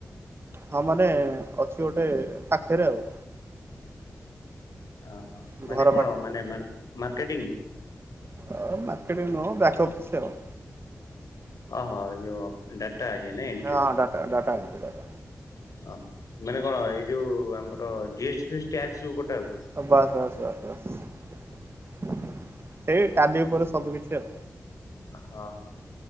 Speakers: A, on the right; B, on the left.
A: ହଁ ମାନେ ଅଛି ଗୋଟେ ପାଖରେ ଆଉ।
B: ଓହୋ
A: ଘର
B: ମାନେ କଣ ମାନେ ମା ମାର୍କେଟିଂ?
A: ଅ ମାର୍କେଟ ନୁହ ବ୍ୟାକ ଅଫିସ ଆଉ।
B: ଅହ ଯଉ ଡାଟା ୟେନେ ଏଣ୍ଟ୍ରି।
A: ହଁ ଡାଟା ଡାଟା ଏଣ୍ଟ୍ରି କରି।
B: ଓ ହୋ ମାନେ କଣ ଏଇ ଯୋଉ ଆମର ଜିଏସ୍‌ଟି ଫିଏ ସ୍‌ଟି ଟ୍ୟାକ୍ସ ଯଉ କଟା ହେଉଛି?
A: ବାସ୍ ବାସ୍ ବାସ୍ ବାସ୍ ସେଇ ଟାଲି ଉପରେ ସବୁ କିଛି ଆଉ।
B: ହଁ ହଁ